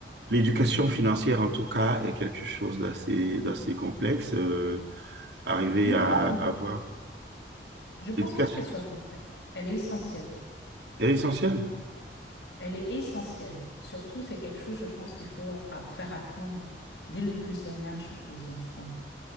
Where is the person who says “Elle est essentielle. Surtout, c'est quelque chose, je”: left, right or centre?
Left